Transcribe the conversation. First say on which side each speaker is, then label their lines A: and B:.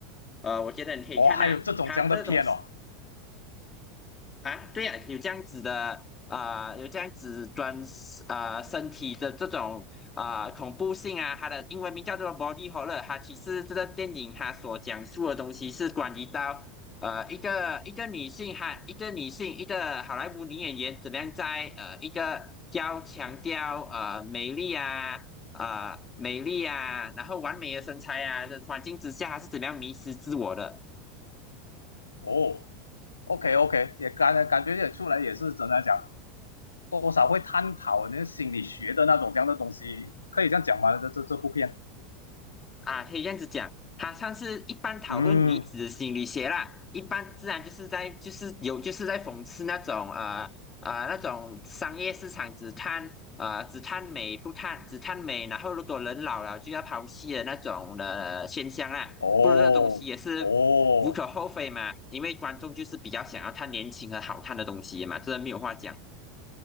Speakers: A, on the left; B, on the left.
A: 呃，我觉得你可以看呐、
B: 哦，还有这种这样的片哦，
A: 他这种啊，对呀、有这样子的啊、呃有这样子专啊、呃身体的这种啊、呃恐怖性啊，它的英文名叫做 body horror。它其实这个电影它所讲述的东西是关于到呃一个一个女性哈，一个女性一个好莱坞女演员怎么样在呃一个要强调呃美丽啊。呃，美丽啊，然后完美的身材啊的环境之下，她是怎么样迷失自我的？
B: 哦，OK OK，也感感觉也出来也是怎么讲，多少会探讨那个心理学的那种这样的东西，可以这样讲吗？这这这部片，
A: 啊，可以这样子讲，他算是一般讨论女子的心理学啦。
B: 嗯，
A: 一般自然就是在就是有就是在讽刺那种呃呃那种商业市场只看呃只看美不看只看美，然后如果人老了就要抛弃的那种的现象啦。
B: 哦哦
A: 不过这东西也是无可厚非嘛，因为观众就是比较想要看年轻和好看的东西嘛，这没有话讲。